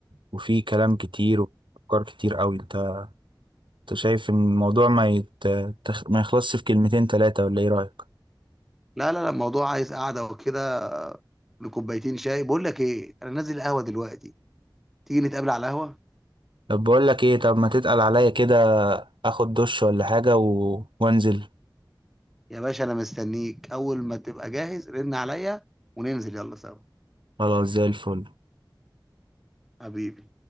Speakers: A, on the right; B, in the centre.
A: وفي كلام كتير وأفكار كتير قوي انت انت شايف ان الموضوع ما يت... تخ- ما يخلصش في كلمتين تلاتة ولا ايه رأيك
B: لا لا لا الموضوع عايز قعده وكده لكوبايتين شاي بقول لك ايه انا نازل القهوه دلوقتي تيجي نتقابل على القهوه
A: طب بقول لك ايه طب ما تتقل عليا كده اخد دش ولا حاجة و... وانزل
B: يا باشا انا مستنيك اول ما تبقى جاهز رن عليا وننزل يلا سوا
A: خلاص زي الفل
B: حبيبي